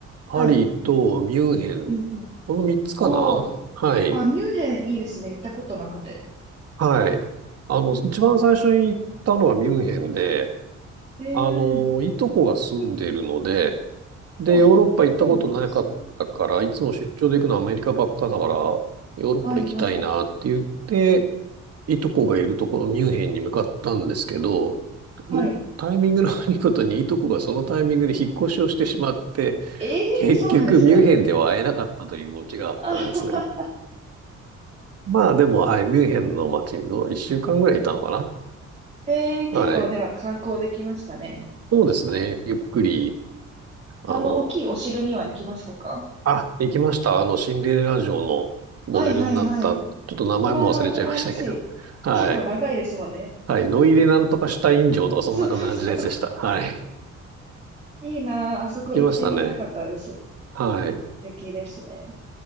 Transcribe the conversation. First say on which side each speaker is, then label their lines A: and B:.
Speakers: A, on the right; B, on the right.
A: パリと、
B: はい。
A: ミュンヘン。
B: うんうん。
A: この三つかなはい。
B: おお。あ、ミュンヘンいいですね。行ったことなくて。
A: はい。あの、一番最初に行ったのはミュンヘンで、
B: ええ
A: あの、いとこが住んでるので、で、
B: あ、
A: ヨーロッパ行ったことなかったから、
B: そうなんですね。
A: いつも出張で行くのはアメリカばっかだから、ヨーロッパ行きたいなって言って、
B: はいはい。
A: いとこがいるところ、ミュンヘンに向かったんですけど、
B: はい。
A: うタイミングの悪いことにいとこがそのタイミングで引っ越しをしてしまって、
B: ええそうなんですか。
A: 結局ミュンヘンでは会えなかったというオチがあったんですね
B: <laughs> あはは
A: まあでも、はい、ミュンヘンの街にの1週間ぐらいいたのか
B: えー、結構では観光できましたね。
A: な。はい。そうですね。ゆっくり、あの、
B: あの、大きいお城には行きましたか
A: あ、行きました。あの、シンデレラ城のモデルになった。
B: はいはいはい。
A: ちょっと名前も忘れちゃいましたけど。
B: うわー、羨ましい。
A: はい。
B: 結構長いですもんね。
A: はい。ノイでなんとかシュタイン城とかそんな感じのやつでした。
B: そうそうそう。
A: はい。
B: <laughs> いいなあ、あそこ行ってみたかったです。
A: 行きましたね。
B: 素
A: はい。
B: 敵ですね。